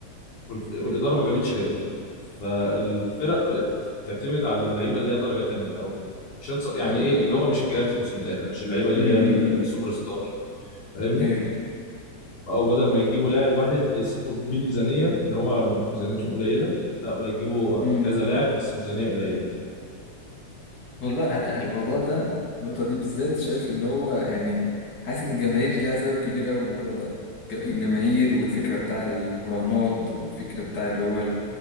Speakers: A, on the left (about 80°); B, on the left (about 35°).
A: والف- والاداره ما جابتش غيرهم فالفرق بقت تعتمد على اللعيبه اللي هي درجه تانية او مش هنص- يعني ايه اللي هو مش الجالاكتيكوس من الاخر مش اللعيبه اللي
B: امم
A: هي ال-
B: امم
A: السوبر ستار فاهمني
B: ايوه
A: او بدل ما يجيبوا لاعب واحد يصرفوا بيه الميزانيه اللي هو ميزانيتهم قليله لا بقى يجيبوا
B: مم.
A: كذا لاعب بس ميزانيه قليله
B: والله انا
A: فاهم؟
B: الموضوع ده النقطة دي بالذات شايف ان هو يعني حاسس ان الجماهير ليها سبب كبير قوي الموضوع ده ج- الجماهير والفكرة بتاع المراهنات والفكرة بتاع اللي هو